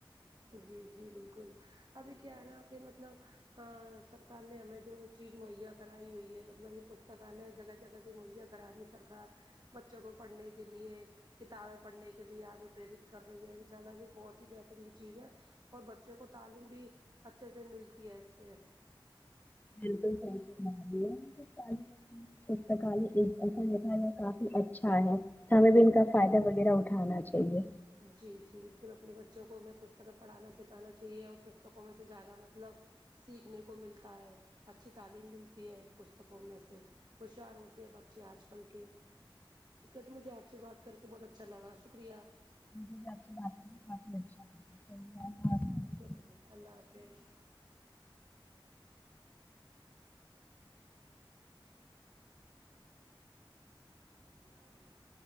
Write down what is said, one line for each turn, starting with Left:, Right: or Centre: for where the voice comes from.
Right: جی جی بالکل ابھی کیا ہے نا کہ مطلب سرکار نے ہمیں جو چیز مہیا کرائی ہوئی ہے مطلب یہ پستکالیہ جگہ جگہ پہ مہیا کرا رہی ہے سرکار بچوں کو پڑھنے کے لیے کتابیں پڑھنے کے لیے آگے پریرت کر رہی ہے ان شاء اللہ یہ بہت ہی بہترین چیز ہے اور بچے کو تعلیم بھی اچھے سے ملتی ہے اس سے
Left: بالکل صحیح فرما رہی ہیں پستکالا <inaudible> اچھا ہے تو ہمیں بھی ان
Right: بالکل
Left: کا فائدہ وغیرہ اٹھانا چاہیے
Right: جی جی بالکل اپنے بچوں کو ہمیں پستکیں پڑھانا سکھانا چاہیے اور پستکوں میں سے زیادہ مطلب سیکھنے کو ملتا ہے اچھی تعلیم ملتی ہے پستکوں میں سے ہوشار ہوتے ہیں بچے اج کل کے ٹھیک ہے تو مجھے اپ سے بات کر کے بہت اچھا لگا شکریہ
Left: مجھے بھی آپ سے بات کرکے کافی اچھا لگا چلیے اللہ حافظ
Right: شکریہ اللہ حافظ <unintelligible>